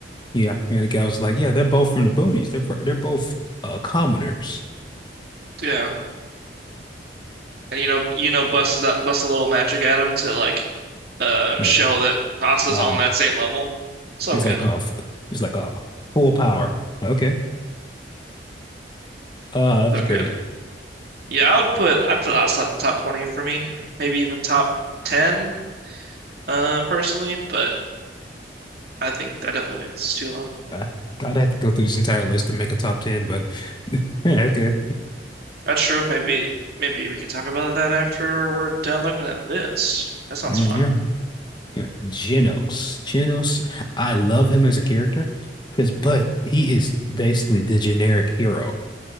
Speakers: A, on the left; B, on the right.
A: yeah, yeah, the guy was like, "Yeah, they're both from the boonies. They're fr- they're both uh commoners."
B: yeah." And you know, you know, busts out busts a little magic at him to like uh
A: Yeah.
B: show that Asta's
A: Uh
B: on that same level. So
A: he's
B: good,
A: like, "Uh, f- he's like, uh, full power." Okay. Uh, it
B: so
A: was great.
B: good. Yeah, I would put I'd put Asta in the top 20 for me, maybe even top 10, uh, personally, but I think I definitely think this is too low.
A: Uh, I'd have to go through this entire list to make a top 10, but yeah, okay.
B: That's true. Maybe maybe we can talk about that after we're done looking at this. That sounds
A: Mm,
B: fun.
A: yeah. Yeah. Genos. Genos. I love him as a character because, but he is basically the generic hero,